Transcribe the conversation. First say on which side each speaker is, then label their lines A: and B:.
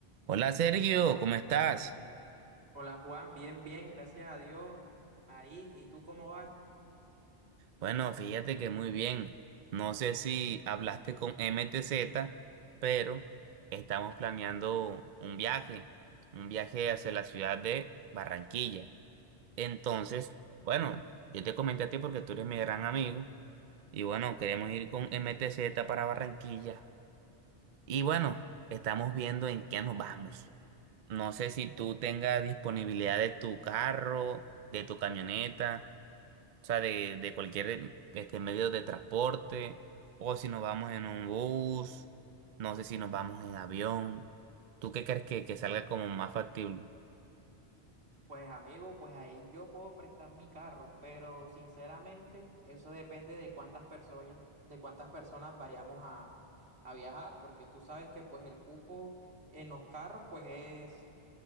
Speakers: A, on the right; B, on the right.
A: Hola Sergio, ¿cómo estás?
B: Hola Juan, bien, bien, gracias a Dios. Ahí, ¿y tú cómo vas?
A: Bueno, fíjate que muy bien. No sé si hablaste con MTZ, pero estamos planeando un viaje, un viaje hacia la ciudad de Barranquilla. Entonces, bueno, yo te comenté a ti porque tú eres mi gran amigo y bueno, queremos ir con MTZ para Barranquilla. Y bueno, estamos viendo en qué nos vamos. No sé si tú tengas disponibilidad de tu carro, de tu camioneta. O sea, de, de cualquier este, medio de transporte, o si nos vamos en un bus, no sé si nos vamos en avión. ¿Tú qué crees que, que salga como más factible?
B: Pues amigo, pues ahí yo puedo prestar mi carro, pero sinceramente eso depende de cuántas personas, de cuántas personas vayamos a, a viajar, porque tú sabes que pues el cupo en los carros pues es